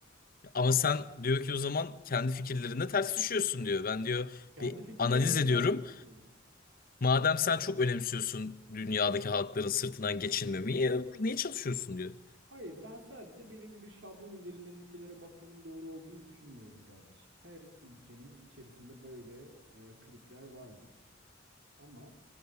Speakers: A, on the left; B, on the right.
A: Ama sen diyor ki o zaman kendi fikirlerine ters düşüyorsun diyor. Ben diyor
B: Kendi
A: bir
B: fikirlerimle
A: analiz ediyorum.
B: ters düşünüyorum.
A: Madem sen
B: Hayır,
A: çok önemsiyorsun dünyadaki halkların sırtından geçinmemeyi, e, niye çalışıyorsun diyor.
B: hayır, ben sadece belirli bir şablon üzerinden ülkelere bakmanın doğru olduğunu düşünmüyorum kardeşim. Her ülkenin içerisinde böyle e, klikler vardır. Ama